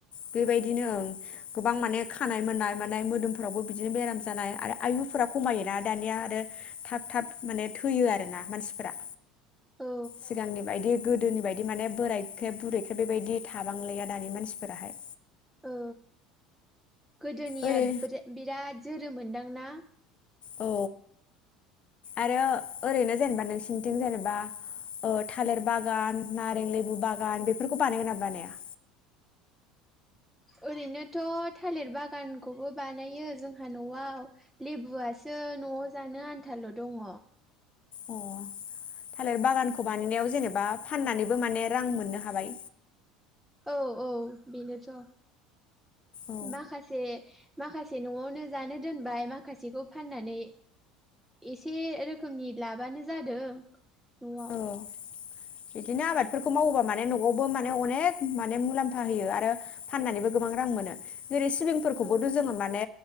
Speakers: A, on the left (about 35°); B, in the centre.
A: बेबायदिनो ओं गोबां माने खानाय मोननाय माने मोदोमफोरावबो बिदिनो बेराम जानाय आरो आयुफोरा खमायोना दानिया आरो थाब थाब माने थैयो आरोना मानसिफोरा।
B: औ
A: सिगांनि बायदि गोदोनि बाय बिदि माने बोरायख्रे बुरैख्रे बेबायदि थाबांलाया दानि मानसिफोराहाय।
B: औ गोदोनिया
A: ओरै
B: बिराद जोरोम मोनदां ना?
A: औ आरो ओरैनो जेनेबा नोंसिनिथिं जेनेबा ओ थालिर बागान नारें लेबु बागान बेफोरखौ बानायगोन नामा बानाया?
B: ओरैनोथ' थालिर बागानखौबो बानायो जोंहा न'आव लेबुआसो न'आव जानो आनथाल' दंङ।
A: अ थालिर बागानखौ बानायनायाव जेनेबा फाननानैबो माने रां मोननो हाबाय।
B: औ औ बेनोथ'
A: औ
B: माखासे माखासे न'आवनो जानो दोनबाय माखासेखौ फाननानै एसे रोखोमनि लाबानो जादों न'आव।
A: औ बिदिनो आबादफोरखौ मावोबा माने न'आवबो माने अनेक माने मुलाम्फा होयो आरो फाननानैबो गोबां रां मोनो। जेरै सिबिंफोरखौबोथ'
B: औ
A: जोंङो माने